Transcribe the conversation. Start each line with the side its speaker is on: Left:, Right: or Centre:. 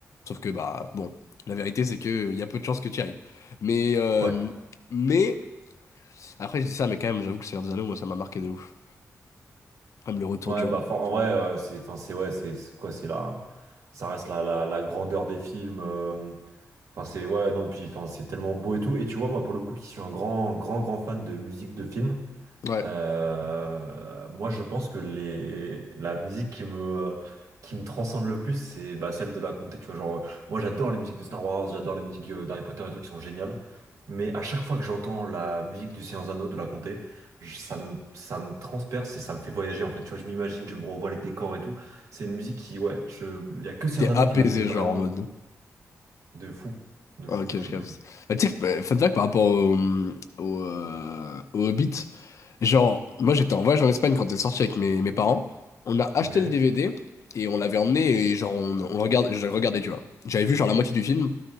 Left: Sauf que, bah, bon, la vérité, c'est que euh, il y a peu de chances que tu y ailles. Mais, euh,
Right: Ouais.
Left: mais, après, je dis ça, mais quand même, j'avoue que Seigneur des Anneaux, moi, ça m'a marqué de ouf. Comme le retour
Right: Ouais,
Left: du roi,
Right: bah for-
Left: et tout.
Right: en vrai, euh, c'est enfin c'est ouais, c'est c'est quoi, c'est la ça reste la, la, la grandeur des films euh, enfin c'est ouais, non, puis enfin c'est tellement beau et tout et tu vois moi pour le coup qui suis un grand grand grand fan de musique de film,
Left: Ouais.
Right: euh, moi, je pense que les... la musique qui me, qui me transcende le plus, c'est bah, celle de la comté. Tu vois, genre, euh, moi, j'adore les musiques de Star Wars, j'adore les musiques euh, d'Harry Potter et tout qui sont géniales. Mais à chaque fois que j'entends la musique du Seigneur des Anneaux de la comté, je- ça me, ça me transperce et ça me fait voyager en fait. Tu vois, je m'imagine, je me revois les décors et tout. C'est une musique qui, ouais, je... il y a que Seigneur
Left: T'es
Right: des Anneaux
Left: apaisé,
Right: qui m'a fait vraiment
Left: genre, en mode,
Right: de fou, de fou,
Left: Ah, Ok,
Right: de fou,
Left: je capte.
Right: de fou.
Left: Bah, tu sais, que, bah, fun fact par rapport au, au, euh, au Hobbit, genre, moi j'étais en voyage en Espagne quand c'est sorti avec mes, mes parents. On a acheté
Right: Ok?
Left: le DVD et on l'avait emmené et genre, on, on le regarde, je le regardais, tu vois. J'avais vu genre la moitié du film